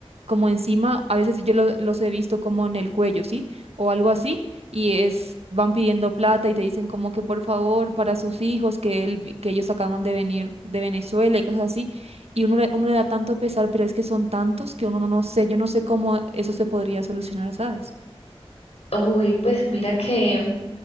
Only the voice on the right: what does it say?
como encima, a veces yo lo- los he visto como en el cuello, ¿sí? O algo así, y es, van pidiendo plata y te dicen como que por favor para sus hijos, que, el- que ellos acaban de venir de Venezuela y cosas así, y uno le, uno le da tanto pesar, pero es que son tantos que uno no, no sé, yo no sé cómo eso se podría solucionar, ¿sabes?